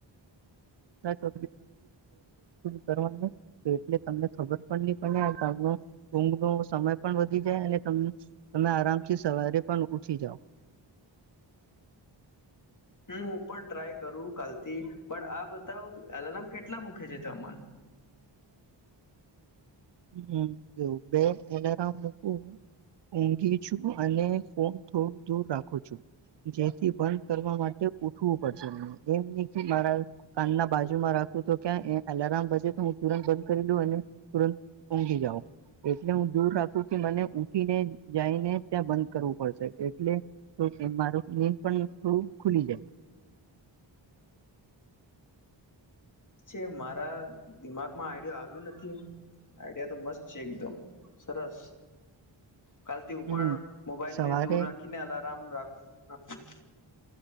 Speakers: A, on the right (about 65°); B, on the left (about 40°).
A: <unintelligible> કરવાનું એટલે તમને ખબર પણ નહી પડે આ ગામ ઊંઘ ન સમય પણ વધી જાય અને તમે આરામથી સવારે પણ ઉઠી જાવ
B: હમ્મ હું પણ ટ્રાય કરું કાલથી પણ આ બધ એલારામ કેટલા મૂકે છે તમ?
A: હમ્મ જો બે અલારમ મુકું ઊઘી છું અને ફોન થોડું દૂર રાખું છું. જેથી બંધ કરવા માટે ઉઠવું પડશે મને એમથી મારા કાનના બાજુમાં રાખ તું તો ત્યાં અલારમે તો હું તુરંત બંધ કરી લઉ અને તુરંત ઊંઘી જાઉ. એટલે હું દૂર રાખું કે મને ઉઠીને જઈને ત્યાં બંધ કરવું પડશે એટલે મારું નીંદ પણ થોડું ખુલી જાય.
B: છે મારા દિમાગમાં આઈડિયો આવ્યો નથી આઈડિયા તો મસ્ત છે એકદમ સરસ કાલથી
A: જાય
B: હું પણ
A: હમ.
B: મોબાઈલ
A: સવારે
B: ને દૂર રાખીને અલારમ રા રાખું